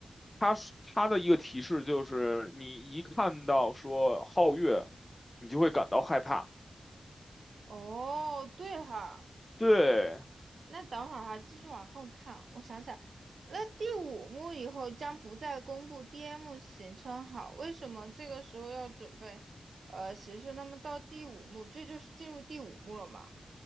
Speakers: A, on the left (about 20°); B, on the right (about 75°).
A: 他是他的一个提示就是你一看到说皓月，你就会感到害怕。
B: 哦，对哈，
A: 对
B: 那等会儿哈，继续往后看，我想想，那第五幕以后将不再公布 DM 行程好，为什么这个时候要准备呃行程？那么到第五幕，这就是进入第五幕了嘛？